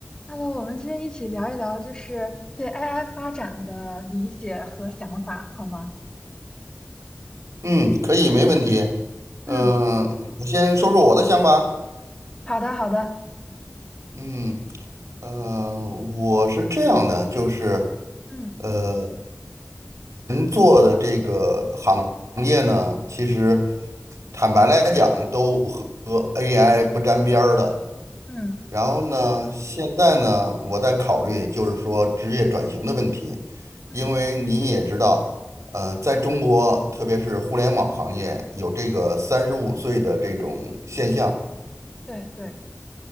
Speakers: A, on the left (about 20°); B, on the right (about 85°).
A: Hello，我们今天一起聊一聊，就是对 AI 发展的理解和想法，好吗？
B: 嗯，可以，没问题。嗯、
A: 嗯，
B: 我先说说我的想法。
A: 好的，好的，
B: 嗯，呃，我是这样的，就是
A: 嗯
B: 呃，人做的这个行业呢，其实坦白来讲，都和 AI 不沾边儿的。
A: 嗯
B: 然后呢，现在呢，我在考虑就是说职业转型的问题，
A: 嗯，
B: 因为你也知道，呃，在中国，特别是互联网行业，有这个三十五岁的这种现象，
A: 对对，